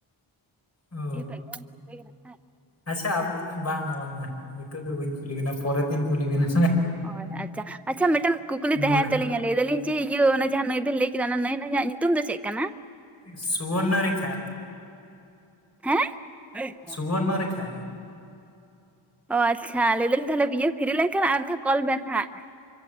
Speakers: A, on the left; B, in the centre.
A: ᱚ
B: ᱤᱧ <unintelligible>
A: ᱟᱪᱪᱷᱟ ᱟᱹᱵᱤᱱ <unintelligible> ᱵᱟᱝᱻᱟ ᱵᱟᱝᱻᱟ ᱱᱤᱛᱚᱜ ᱫᱚ ᱵᱟᱹᱧ ᱠᱩᱞᱤ ᱵᱮᱱᱟ ᱯᱚᱨᱮ ᱛᱤᱧ ᱠᱩᱞᱤ ᱵᱮᱱᱟ
B: ᱦᱳᱭ ᱟᱪᱪᱷᱟ ᱟᱪᱪᱷᱟ ᱢᱤᱫᱴᱮᱱ ᱠᱩᱠᱞᱤ
A: ᱱᱚᱰᱮ
B: ᱛᱟᱦᱮᱸᱱ ᱛᱟᱹᱞᱤᱧᱟ ᱞᱟᱹᱭ ᱫᱟᱞᱤᱧ ᱡᱮ ᱤᱭᱟᱹ ᱚᱱᱟ ᱡᱟᱦᱟᱸ ᱱᱟᱹᱭ ᱵᱮᱱ ᱞᱟᱹᱭ ᱠᱮᱫᱟ ᱚᱱᱟ ᱱᱟᱹᱭ ᱱᱟᱹᱭᱟᱜ ᱧᱩᱛᱩᱢ ᱫᱚ ᱪᱮᱫ ᱠᱟᱱᱟ
A: ᱥᱩᱵᱚᱨᱱᱚ ᱨᱮᱠᱷᱟ
B: ᱦᱮᱸ <unintelligible>
A: ᱥᱩᱵᱚᱨᱱᱚ ᱨᱮᱠᱷᱟ
B: ᱚ ᱟᱪᱪᱷᱟ ᱞᱟᱹᱭᱫᱟᱹᱧ ᱛᱟᱦᱚᱞᱮ ᱵᱤᱭᱟᱹ ᱯᱷᱤᱨᱤ ᱞᱮᱱᱠᱷᱟᱱ ᱟᱨ ᱢᱤᱫ ᱫᱷᱟᱣ ᱠᱚᱞ ᱵᱮᱱ ᱦᱟᱜ